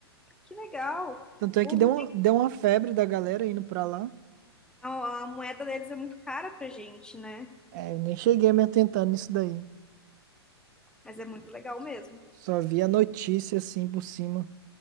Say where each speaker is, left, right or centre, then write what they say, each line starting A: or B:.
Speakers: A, in the centre; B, on the right.
A: Que legal.
B: Tanto é
A: O
B: que deu uma, deu uma febre da galera indo pra lá.
A: A, a moeda deles é muito cara pra gente, né?
B: É, eu nem cheguei a me atentar nisso daí.
A: Mas é muito legal mesmo. O
B: Só vi a notícia assim por cima.